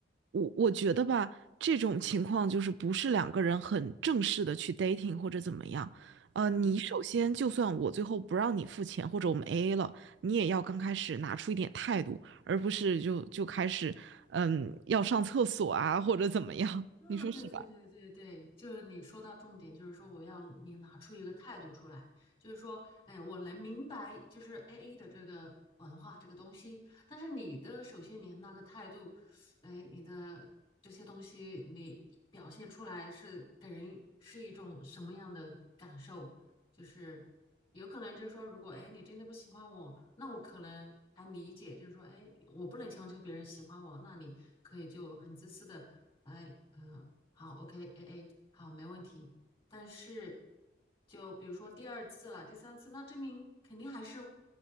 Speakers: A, on the right (about 80°); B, on the left (about 30°).
A: 我我觉得吧，这种情况就是不是两个人很正式的去 dating 或者怎么样。呃，
B: 嗯。
A: 你首先就算我最后不让你付钱，或者我们 AA 了，你也要刚开始拿出一点态度，而不是就就开始，嗯，要上厕所啊，或者怎么样，<laughs>
B: 嗯，
A: 你说是吧？
B: 对对对对对，就是你说到重点，就是说我要你拿出一个态度出来，就是说，哎，我能明白，就是 AA 的这个文化这个东西，但是你的首先你那个态度，哎，你的这些东西你表现出来是给人是一种什么样的感受？就是。有可能就是说，如果哎你真的不喜欢我，那我可能还理解，就是说，哎，我不能强求别人喜欢我，那你可以就很自私的，哎，嗯、好，OK，A A，好，没问题。但是，就比如说第二次了，第三次，那证明肯定还是